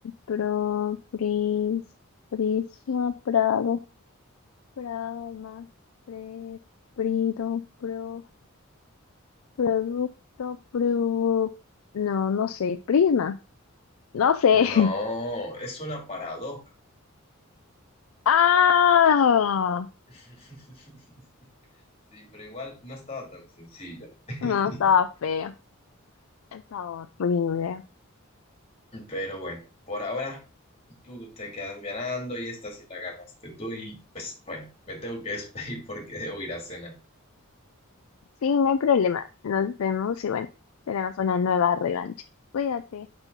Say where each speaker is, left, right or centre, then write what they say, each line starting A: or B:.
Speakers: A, on the left; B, on the left.
A: pro, pris, prisma, prado, prama, pre, prido, pro, producto, pru. No, no sé, prisma. No sé.
B: No,
A: <laughs>
B: es una paradoja.
A: Ah,
B: <laughs> Sí, pero igual no estaba tan sencilla. <laughs>
A: no, estaba feo. Estaba horrible.
B: Pero bueno, por ahora tú te quedas ganando y esta sí la ganaste tú y pues bueno, me tengo que <laughs> despedir porque debo ir a cenar.
A: Sí, no hay problema. Nos vemos y bueno, tenemos una nueva revancha. Cuídate.